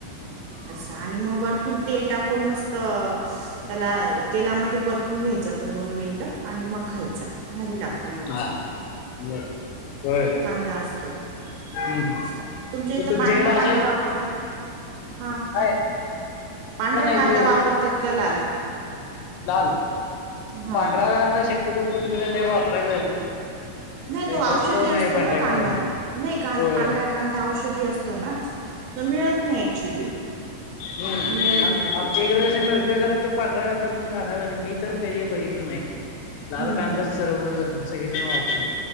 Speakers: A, on the right; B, on the left.
A: अस. आणि म वरतून तेल टाकून मस्त त्याला तेलामध्ये परतून घ्यायच तो दोन मिनट, आणि म खायचा. भारी लागतो म
B: ह बर होय.
A: कांदा असतो
B: हम्म
A: असा तुमच्या इथं
B: मग
A: पांढरा
B: इकडं
A: कांदा
B: असं
A: वापरतात हा
B: काय
A: पांढरा
B: नाही
A: कांदा
B: जो
A: वापरतात का लाल?
B: लाल.
A: हा
B: पांढरा कांदा शक्यतो कोन इकडं लय वापराय बघत नाही.
A: नाही
B: त्या
A: तो
B: इकडे
A: औषधी
B: चव
A: असतो
B: नाही पांढऱ्या
A: ना कांदा,
B: कागदाला
A: नाही पांढरा
B: होय
A: कांदा औषधी असतो ना. त मिळत नही ऍक्च्युली
B: हम्
A: मिळत
B: आम
A: नाही
B: आमच्या
A: तो
B: इकडं स मिळ ते जरा ते पांढरा कांदा कोण घालावरीन <unintelligible> मी तर कधी बघितलं नाही
A: हम्म
B: लाल कांदा
A: हम्म
B: सर्व सगळे जन वाप